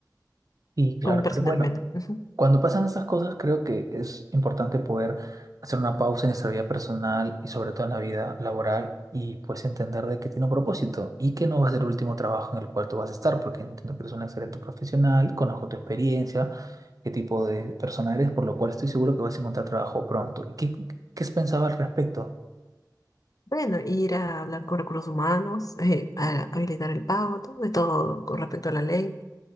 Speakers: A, on the right (about 50°); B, on the left (about 55°).
A: y claro
B: Con un personal
A: pero bueno
B: menos. <laughs>
A: Cuando pasan esas cosas, creo que es importante poder hacer una pausa en nuestra vida personal y sobre todo en la vida laboral y pues entender de que tiene un propósito y que no va a ser el último trabajo en el cual tú vas a estar, porque entiendo que eres un excelente profesional, conozco tu experiencia, qué tipo de persona eres, por lo cual estoy seguro que vas a encontrar trabajo pronto. ¿Y qué, qué has pensado al respecto?
B: Bueno, ir a hablar con recursos humanos, eh, a habilitar el pago, todo de todo con respecto a la ley.